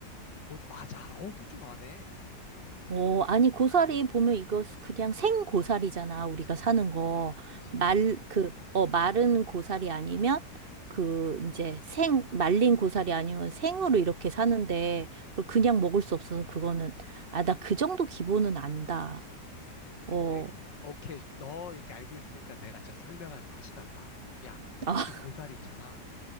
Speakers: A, on the left (about 85°); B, on the right (about 35°).
A: 고 맞아. 어, 너 좀 아네.
B: 어, 아니, 고사리 보면 이거 그냥 생 고사리잖아, 우리가 사는 거.
A: 그지?
B: 말, 그, 어, 마른 고사리 아니면, 그, 이제 생, 말린 고사리 아니면 생으로 이렇게 사는데, 그걸 그냥 먹을 수 없어서 그거는, 아, 나 그 정도 기본은 안다. 어,
A: 근데
B: 아,
A: 오케이 너 이렇게 알고 있으니까 내가 진짜 설명할 맛이 난다. 야,
B: <laughs>
A: 그 고사리 있잖아.